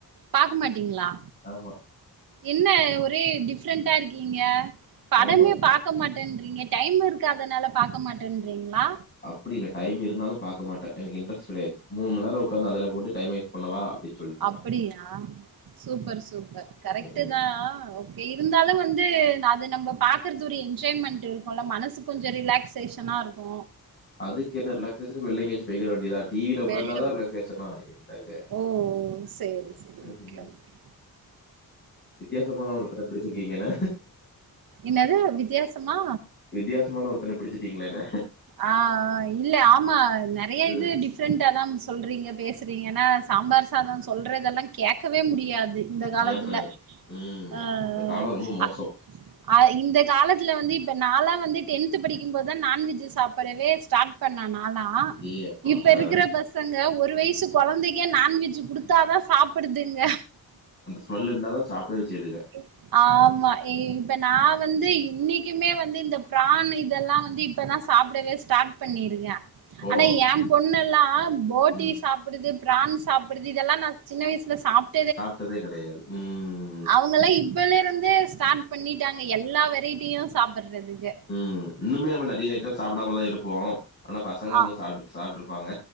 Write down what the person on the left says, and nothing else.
ஆமா.
ஆமா.
அப்டி இல்ல டைம் இருந்தாலு பாக்க மாட்டே எனக்கு இன்ட்ரெஸ்ட் கெடையாது மூணு மண் நேரோ உக்காந்து அதுல போட்டு டைம் வேஸ் சொல்லவா அப்டின் சொல்
ம்
அதுக்கு என்ன ரிலாக்ஸ்சேஷனுக்கு வெள்ள எங்காச்சு பேக்கிட வேண்டியதா டிவியில உட்காந்தாதா
ரிலாக்ஸ்சேஷனா என்னங்க
ம்
ம்
வித்தியாசமான ஒருத்தன பிடிச்சிருக்கீங்க என
வித்தியாசமான ஒருத்தன பிடிச்சுட்டீங்கள என
ம்
ம் ம் ம்
இந்த காலம் ரொம்ப மோசோ
ஏ அப்பா
ஆ
ஸ்மெல்லு இருந்தாதா சாப்படவே செய்துக
ஓ
ம்
சாப்ட்டதே கெடையாது ம்
ம் இன்னுமே நம்ம நறையா ஐட்டம் சாப்டாமதா இருப்போம் ஆனா பசங்க இன்னும்
சாப்புடு சாப்ட்டு இருப்பாங்க